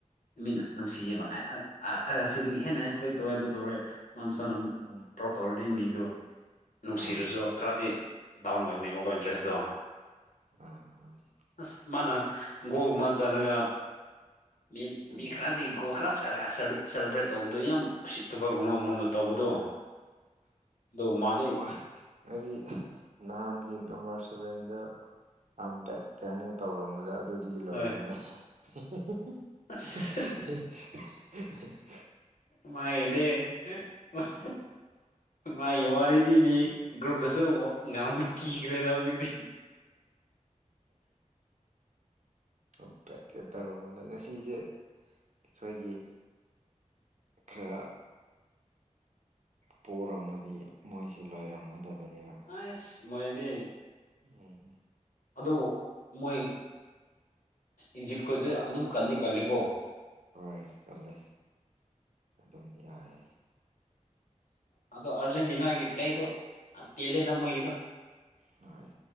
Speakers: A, on the left; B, on the right.
A: ꯃꯤꯅ ꯅꯨꯡꯁꯤꯌꯦꯕ
B: ꯎꯝ
A: <unintelligible> ꯑꯁꯤꯗꯒꯤ ꯍꯦꯟꯅ ꯑꯦꯛꯁꯄꯦꯛ ꯇꯧꯋꯦ ꯑꯗꯨ ꯇꯧꯔꯦ ꯃꯥ ꯃꯁꯥꯅ
B: ꯎꯝ
A: ꯄ꯭ꯔꯥꯎꯠ ꯇꯧꯔꯗꯤ ꯃꯤꯗꯣ ꯅꯨꯡꯁꯤꯔꯁꯨ
B: ꯑꯥ
A: ꯈꯔꯗꯤ ꯗꯥꯎꯟ ꯑꯣꯏꯒꯅꯤꯕꯀꯣ ꯏꯟꯇꯔꯦꯁꯇꯣ
B: ꯑ ꯃꯥꯟꯅꯦ
A: ꯑꯁ ꯃꯥꯅ ꯒꯣꯜꯒꯨꯝꯕ ꯆꯜꯂꯒ ꯃꯤ
B: ꯎꯝ
A: ꯃꯤ ꯈꯔꯗꯤ ꯒꫭꯜ ꯈꯔ ꯆꯠꯂ <unintelligible> ꯁꯦꯂꯦꯕ꯭ꯔꯦꯠ ꯇꯧꯕꯗꯣ ꯌꯥꯝ ꯎꯁꯤꯠꯇꯕꯒꯨꯝꯕ ꯃꯋꫭꯡꯗ ꯇꯧꯕꯗꯣ ꯑꯗꯣ ꯃꯥꯗꯤ
B: ꯑꯃ ꯉꯁꯤ ꯅꯍꯥꯟꯒꯤ ꯅꯝꯕꯔ ꯁꯚꯦꯟꯗꫭ ꯑꯥꯝ ꯕꯦꯛ ꯀꯥꯏꯅꯒ ꯇꯧꯔꯝꯕꯗꫭ ꯑꯗꯨꯗꯤ ꯂꯣꯏꯒ‍꯭ꯔꯦꯅꯦ
A: ꯍꯣꯏ
B: ꯍꯦꯍꯦ
A: ꯑꯁ
B: <unintelligible>
A: ꯃꯥꯒꯤꯗꯤ <unintelligible> ꯃꯥꯒꯤ ꯋꯥꯔꯤ ꯇꯤꯚꯤ ꯒ꯭ꯔꯨꯞꯗꯁꯨ ꯉꯥꯡꯕ ꯀꯤꯈ꯭ꯔꯦꯗ ꯍꯧꯖꯤꯛꯇꯤ
B: ꯑꯝ ꯕꯦꯛ ꯀ ꯇꯧꯔꯝꯕꯗꯣ ꯉꯁꯤꯁꯦ ꯑꯩꯈꯣꯏꯒꯤ ꯈꯔ ꯄꯣꯔꯝꯃꯗꯤ ꯃꯣꯏꯁꯦ ꯂꯣꯏꯔꯝꯃꯗꯕꯅꯦꯕ
A: ꯑꯁ ꯃꯣꯏꯗꯤ
B: ꯎꯝ
A: ꯑꯗꯨ ꯃꯣꯏ ꯏꯖꯤꯞꯈꯣꯏꯗꯤ ꯑꯗꯨꯝ ꯀꯟꯗꯤ ꯀꯜꯂꯤꯀꯣ
B: ꯍꯣꯏ ꯀꯜꯂꯤ ꯑꯗꯨꯝ ꯌꯥꯏ
A: ꯑꯗꯣ ꯑꯔꯖꯦꯟꯇꯤꯅꯥꯒꯤ ꯄ꯭ꯂꯦꯗꫭ ꯄꯦꯜꯂꯦꯗ ꯃꯣꯏꯒꯤꯗꯣ
B: ꯍꯣꯢ